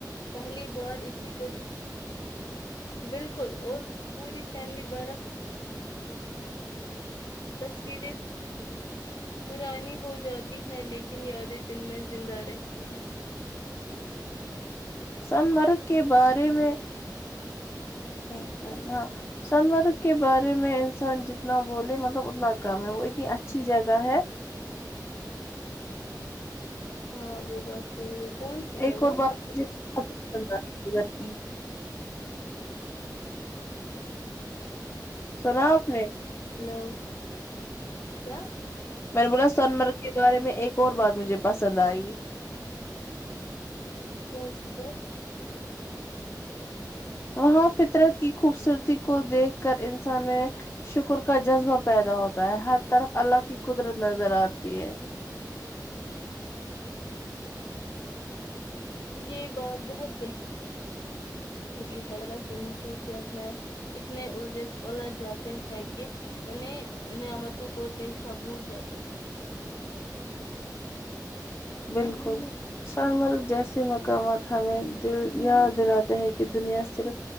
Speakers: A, on the left; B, on the left.
A: پہلی بار اتنی قریب بالکل اور پوری فیملی بارہ تصویریں پرانی ہو جاتی ہیں لیکن یادیں دل میں زندہ رہتی ہیں
B: سنمرگ کے بارے میں ایک ہاں شنوار کے بارے میں انسان جتنا بولے مطلب اتنا کم ہے وہ اتنی اچھی جگہ ہے
A: ہاں وہ بات صحی ہے کون سی
B: ایک
A: جگہ
B: اور بار بے ک گھر کی سنا آپ نے
A: ہلو کیا
B: میں بولا سن مرگ کے بارے میں ایک اور بات مجھے پسند آئی
A: کون سی بات
B: وہاں فطرت کی خوبصورتی کو دیکھ کر انسان میں شکر کا جذبہ پیدا ہوتا ہوتا ہر طرف اللہ کی قدرت نظر آتی ہے
A: یہ بات بہت گہری شحریی حیر کی مصروفیات میں اتنے الجھ جاتے ہیں کہ انہیں نعمتوں کو دیکھنا بھول جاتے ہیں
B: بالکل سون مرگ جیسے مقامات ہمیں دل یا دل ہے کہ دنیا صرف